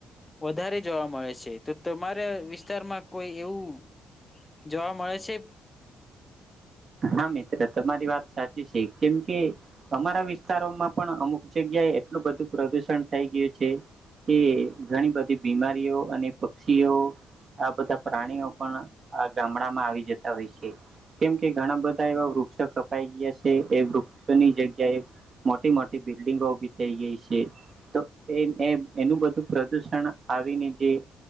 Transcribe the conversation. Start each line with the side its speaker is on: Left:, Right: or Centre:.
Left: વધારે જોવા મળે છે તો તમારા વિસ્તારમાં કોઈ એવું જોવા મળે છે
Right: હા મિત્ર તમારી વાત સાચી છે કેમ કે અમારા વિસ્તારોમાં પણ અમુક જગ્યાએ એટલું બધું પ્રદુષણ થઈ ગયું છે. કે ઘણી બ બીમારીઓ અને પક્ષીઓ આ બધા પ્રાણીઓ પણ આ ગામડામાં આવી જતા હોય છે કેમ કે ઘણા બધા એવા વૃક્ષો કપાઈ ગયા છે એ વૃક્ષોની જગ્યાએ મોટી મોટી બિલ્ડિંગો ઉભી થઈ ગઈ છે તો એ એનું બધું પ્રદુષણ આવીને જે